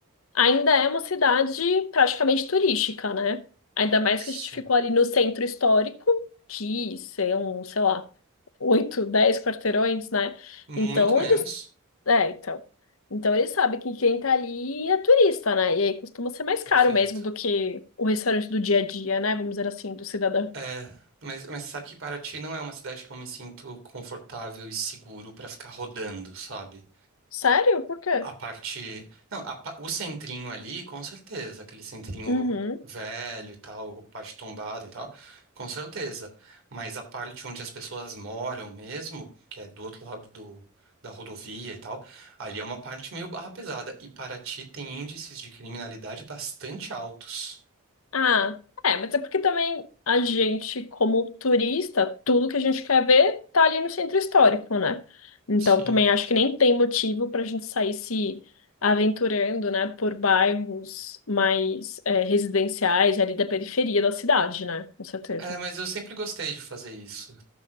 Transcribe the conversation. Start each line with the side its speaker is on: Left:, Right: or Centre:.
Left: ainda é uma cidade praticamente turística, né? Ainda mais
Right: Sim.
Left: que a gente ficou ali no centro histórico, que são, sei lá, oito, dez quarteirões, né?
Right: Muito
Left: Então
Right: menos.
Left: eles. É, então. Então eles sabem que quem tá ali é turista, né? E aí costuma ser mais
Right: Perfeito.
Left: caro mesmo do que o restaurante do dia a dia, né? Vamos dizer assim, do cidadão.
Right: É, mas, mas sabe que Paraty não é uma cidade que eu me sinto confortável e seguro pra ficar rodando, sabe?
Left: Sério? Por quê?
Right: A parte. Não, a pa- o centrinho ali, com certeza. Aquele centrinho
Left: Uhum.
Right: velho e tal, parte tombada e tal, com certeza. Mas a parte onde as pessoas moram mesmo, que é do outro lado do, da rodovia e tal, ali é uma parte meio barra pesada. E Paraty tem índices de criminalidade bastante altos.
Left: Ah, é, mas é porque também a gente, como turista, tudo que a gente quer ver tá ali no centro histórico, né? Então
Right: Sim.
Left: também acho que nem tem motivo pra gente sair se aventurando, né, por bairros mais é, residenciais ali da periferia da cidade, né? Com certeza.
Right: É, mas eu sempre gostei de fazer isso.